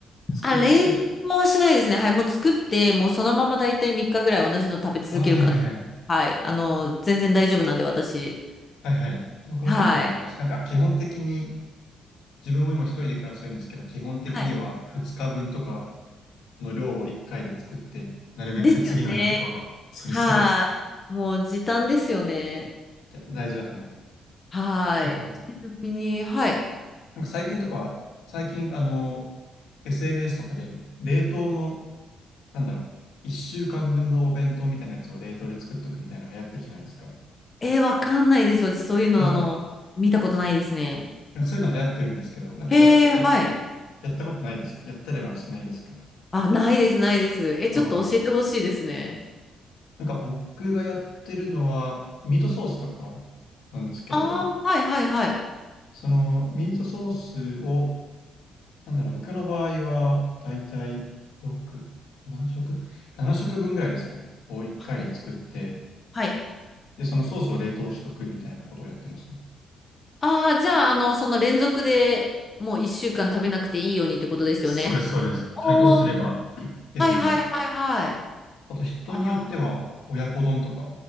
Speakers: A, on the left; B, on the left.
A: 作って。
B: あ、冷凍はしないですね。はい。もう作って、もうそのまま大体3日ぐらい同じの食べ続ける感じです。
A: ああ、はいはいはい。
B: はい。あの、全然大丈夫なんで、私。
A: はいはい。僕も結構やります。
B: はい。
A: なんか基本的に、自分も今一人で暮らしてるんですけど、基本的には2日分とか
B: はい。
A: の量を1回で作って、なるべく次の日とかは、
B: ですよね。
A: それそうです。
B: はい。もう時短ですよね。
A: いや、大事だと思います。
B: はい。
A: あとは、
B: ちなみに、はい。
A: なんか最近とか、最近、あの、SNS とかで、冷凍の、なんだろう、1週間分のお弁当みたいなやつを冷凍で作っとくみたいな流行ってるじゃないですか。
B: えー、わかんないです。私、そういうの、
A: なんか、
B: あの、見たことないですね。
A: なんかそういうの流行ってるんですけど、なんかや、
B: へえ、
A: や、
B: はい。
A: やったことないですかやったりはしてないですか
B: あ、ないです、ないです。え、ちょっと教えてほしいですね。
A: ああなんか僕がやってるのは、ミートソースとかなんですけど、
B: ああ、はい、はい、はい。
A: そのミートソースをなんだろう、僕の場合は、だいたい6、7食 ?7 食分ぐらいですかね。を1回で作って、
B: はい。はい。
A: で、そのソースを冷凍しとくみたいなことをやってますね。
B: ああ、じゃあ、あの、その連続でもう一週間食べなくていいようにってことですよね。
A: それそれ、
B: おー、
A: 解凍すれば <clears throat> いけるんで。
B: はい、はい、はい、はい。
A: あと、人によっては、
B: あー
A: 親子丼とか